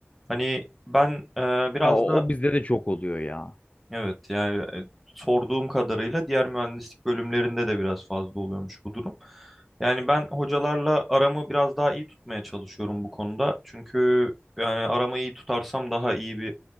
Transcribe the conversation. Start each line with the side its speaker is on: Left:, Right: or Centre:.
Centre: Hani ben e, biraz
Left: Ya, o,
Centre: da
Left: o bizde de çok oluyor ya.
Centre: Evet yani e, sorduğum kadarıyla diğer mühendislik bölümlerinde de biraz fazla oluyormuş bu durum. Yani ben hocalarla aramı biraz daha iyi tutmaya çalışıyorum bu konuda. Çünkü yani aramı iyi tutarsam daha iyi bir